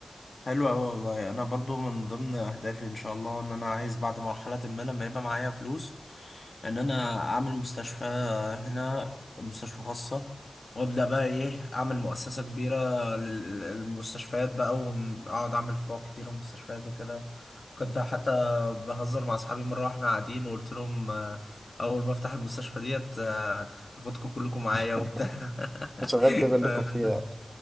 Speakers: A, on the left; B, on the right.
A: حلو أوي والله يعني أنا برضو من ضمن أهدافي إن شاء الله إن أنا عايز بعد مرحلة ما لما يبقى معايا فلوس إن أنا أعمل مستشفى هنا مستشفى خاصة وأبدأ بقى إيه أعمل مؤسسة كبيرة لل- للمستشفيات بقى وأقعد أعمل فروع كتير ومستشفيات وكده كنت حتى بهزر مع أصحابي مرة وإحنا قاعدين وقلت لهم آه، أول ما أفتح المستشفى ديت آه، هاخدكم كلكم معايا
B: <laughs>
A: وبتاع <laughs>
B: شغال كلكم
A: فاهم
B: فيها
A: أنت؟